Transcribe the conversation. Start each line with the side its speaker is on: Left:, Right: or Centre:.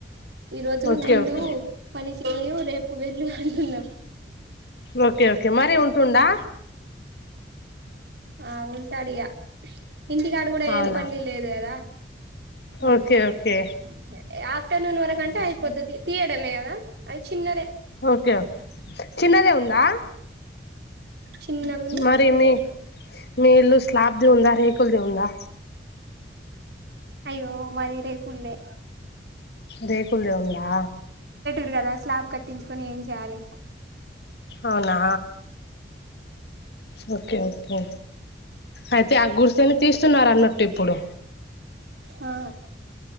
Right: ఈ రోజు
Left: ఓకే
Right: ఉండు
Left: ఓకే
Right: పని చేయు రేపు వెళ్ళు అంటున్నాం
Left: ఓకే ఓకే మరి ఉంటుండా
Right: ఆ ఉంటాడు ఇగా ఇంటికాడు కూడా
Left: అవునా
Right: ఏం పని లేదు కదా ఉ
Left: ఓకే ఓకే
Right: అంతే ఆఫ్టర్నూన్ వరకుంటే అయిపోతది తీయడమే కదా అది చిన్నదే
Left: ఓకే ఓకే చిన్నదే ఉందా
Right: చిన్నగుంది
Left: మరి మీ మీ ఇల్లు స్లాబ్ది ఉందా రేకులది ఉందా
Right: అయ్యో మాదిరేకుల్దే
Left: రేకులుది ఉందా
Right: రు కదా స్లాబ్ కట్టించుకొని ఏం చేయాలి
Left: అవునా ఓకే ఓకే అయితే ఆ గుడిసెని తీస్తున్నారు అన్నట్టు ఇప్పుడు
Right: ఆ